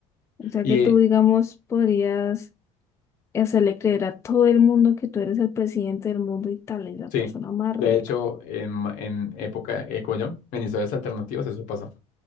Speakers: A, on the left; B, on the left.
A: O sea
B: Y
A: que
B: eh,
A: tú, digamos, podrías hacerle creer a todo el mundo que tú eres el presidente del mundo y tal, es la
B: Sí,
A: persona más
B: de
A: rica.
B: hecho, en, en época, eh, ¿cómo se llama? En historias alternativas eso pasa.